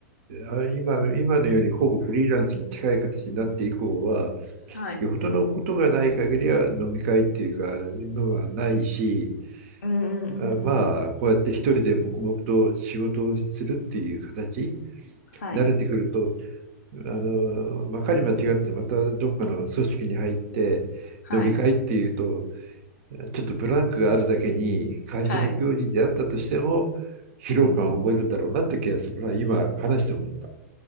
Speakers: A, on the right; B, on the left.
A: あ、今、今のようにほぼフリーランスに近い形になって以降は、
B: はい。
A: よほどのことがない限りは飲み会っていうか、のはないし、
B: うんうんうんうん。
A: あ、まあ、こうやって一人で黙々と仕事をするっていう形、
B: はい、
A: 慣れてくると、あの、まかり間違ってまたどっかの組織に入って、
B: はい、
A: 飲み会っていうと、ちょっとブランクがあるだけに、会社の行事であったとしても、
B: はい。
A: 疲労感を覚えるんだろうなって気がするな、
B: うんうん。
A: 今話して思った。